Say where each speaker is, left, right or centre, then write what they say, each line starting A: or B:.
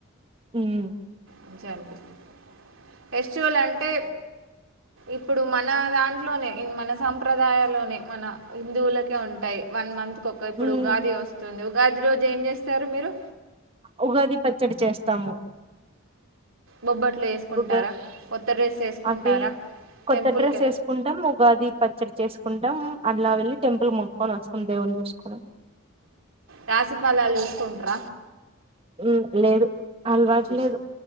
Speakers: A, on the right; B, on the right.
A: ఉమ్
B: మంచిగా అనిపిస్తాది ఫెస్టివల్ అంటే ఇప్పుడు మన దాంట్లోనే మన సంప్రదాయలోనే మన హిందువులకే ఉంటాయి వన్ మంత్ ఒకే ఇప్పుడు
A: హ్మ్
B: ఉగాది వస్తుంది ఉగాది రోజు ఏం చేస్తారు మీరు
A: ఉగాది పచ్చడి చేస్తాము
B: బొబ్బట్లు చేసుకుంటారా
A: ఉగా
B: కొత్త రడ్రెస్ వేసుకుంటారా
A: అది కొత్త
B: టెంపుల్కి
A: డ్రెస్ ఏసుకుంటాం ఉగాది పచ్చడి చేసుకుంటాం అట్లా వెళ్ళి టెంపుల్ మొక్కకొని వస్తాం దేవుని చూసుకొని
B: రాసిఫలాలు చూసుకుంటర
A: హమ్ లేదు అలవాట్లేదు
B: చూ